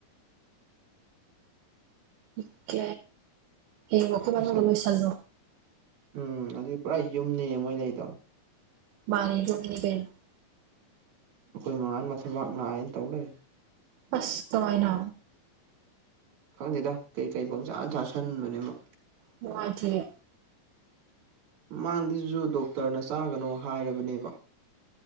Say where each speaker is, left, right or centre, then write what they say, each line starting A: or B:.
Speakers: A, on the right; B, on the right.
A: <unintelligible> ꯍꯌꯦꯡꯕꯨꯛꯀꯤ
B: ꯑꯁ
A: ꯃꯅꯨꯡꯗ ꯂꯣꯏꯁꯟꯂꯣ
B: ꯎꯝ ꯑꯗꯨꯗꯤ ꯄꯨꯔꯥ ꯌꯨꯝꯅꯤ ꯃꯣꯏ ꯂꯩꯗꯣ
A: ꯃꯥꯅꯦ ꯌꯨꯝꯅꯤ ꯀꯩꯅꯣ
B: ꯑꯩꯈꯣꯏ ꯃꯥ ꯍꯣꯏ ꯃꯊꯕꯥꯛ ꯅꯥꯏꯅ ꯇꯧ ꯂꯩꯔꯦ
A: ꯑꯁ ꯀꯃꯥꯏꯅ
B: ꯈꯪꯗꯦꯗ ꯀꯩꯀꯩ ꯄꯪꯆꯥꯥ ꯆꯥꯥꯁꯟꯕꯅꯦ ꯃꯥ
A: ꯅꯨꯡꯉꯥꯏꯇꯦꯍꯦ
B: ꯃꯥꯡꯗꯖꯨ ꯗꯣꯛꯇꯔꯅ ꯆꯥꯒꯅꯣ ꯍꯥꯏꯔꯕꯅꯦꯕ